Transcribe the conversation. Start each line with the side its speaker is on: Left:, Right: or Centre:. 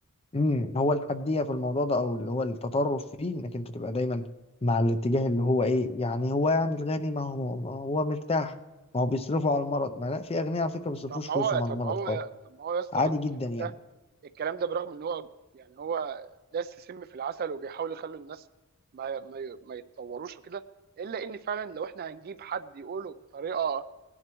Left: امم هو الحدية في الموضوع ده او اللي هو التطرف فيه انك انت تبقى دايما مع الاتجاه اللي هو ايه يعني هو يعني الغني ما هو ما هو مرتاح ما هو بيصرفوا على المرض ما لا في اغنياء على فكرة ما بيصرفوش
Right: طب ما
Left: فلوسهم
Right: هو
Left: على
Right: طب
Left: المرض
Right: ما هو
Left: خالص
Right: طب ما هو يا اسطى
Left: عادي جدا
Right: الكلام
Left: يعني
Right: ده الكلام ده برغم ان هو يعني هو داس سم في العسل وبيحاول يخلي الناس ما ما ما يتطوروش وكده الا ان فعلا لو احنا هنجيب حد يقوله بطريقه